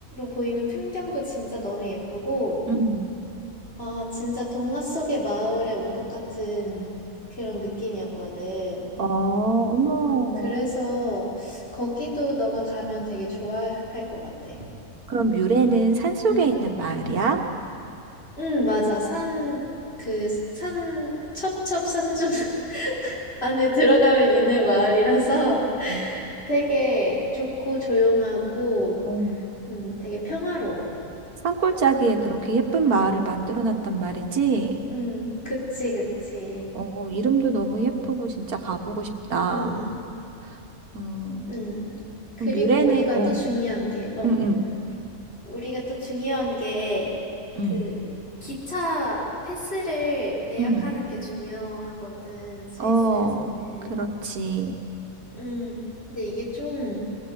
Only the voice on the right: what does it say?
음.
어, 어머.
그럼 뮤레는 산속에
있는 마을이야?
어,
어.
산골짜기에 그렇게 예쁜
마을을 만들어 놨단 말이지?
어, 이름도 너무 예쁘고 진짜 가보고 싶다.
음,
그럼 뮤레는,
어,
응, 응.
응,
응,
어, 그렇지.